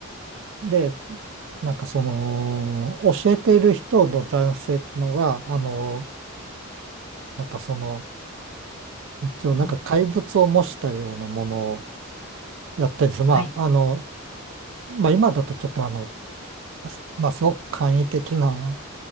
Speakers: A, on the right (about 55°); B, on the left (about 70°).
A: で、なんかその、教えている人の男性ってのが、あのーなんかその、一応なんか怪物を模したようなものを
B: うん、
A: やったりする。
B: はい、
A: まあ、あの、まあ今だとちょっとあの、すまあすごく簡易的な